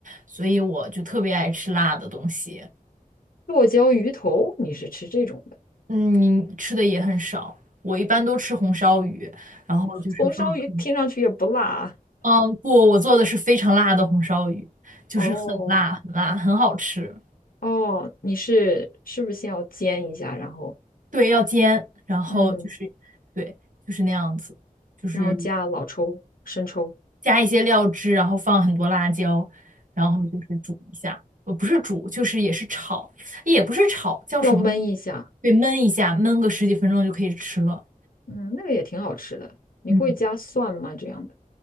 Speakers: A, on the right; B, on the left.
A: 所以我就特别爱吃辣的东西。
B: 剁椒鱼头，你是吃这种的？
A: 嗯，吃的也很少，我一般都吃红烧鱼，然后就是放很
B: 红烧鱼听上去也不辣
A: 嗯，不，我做的是非常辣的红烧鱼，就是很辣很辣，
B: 哦
A: 很好吃。
B: 哦，你是是不是先要煎一下，然后
A: 对，要煎，然后就是，
B: 嗯，
A: 对，就是那样子，就是
B: 然后加老抽、生抽，
A: 加一些料汁，然后放很多辣椒，然后就是煮一下，呃，不是煮，就是也是炒，也不是炒，叫什么呢？
B: 要焖一下，
A: 对，焖一下，焖个十几分钟就可以吃了。
B: 嗯，那个也挺好吃的。你会加蒜吗？
A: 嗯，
B: 这样的？